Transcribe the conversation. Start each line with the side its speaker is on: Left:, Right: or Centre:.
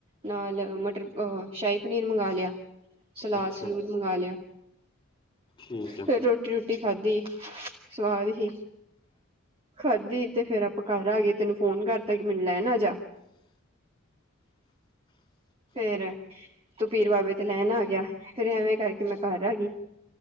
Right: ਨਾਲ ਮਟਰ ਅ ਸ਼ਾਹੀ ਪਨੀਰ ਮੰਗਵਾ ਲਿਆ। ਸਲਾਦ
Left: ਅੱਛਾ
Right: -ਸਲੂਦ ਮੰਗਵਾ ਲਿਆ।
Left: ਠੀਕ ਐ।
Right: ਫੇਰ ਰੋਟੀ -ਰੂਟੀ ਖਾਧੀ ਸਵਾਦ ਹੀ। ਖਾਧੀ ਤੇ ਫੇਰ ਆਪਾਂ ਘਰ ਆਏ ਤੈਨੂੰ ਫੋਨ ਕਰਤਾ ਕਿ ਮੈਨੂੰ ਲੈਣ ਆਜਾ। ਫੇਰ ਤੂੰ ਪੀਰ ਬਾਬੇ ਤੇ ਲੈਣ ਆ ਗਿਆ ਫੇਰ ਐਵੇਂ ਕਰਕੇ ਮੈਂ ਘਰ ਆ ਗਈ।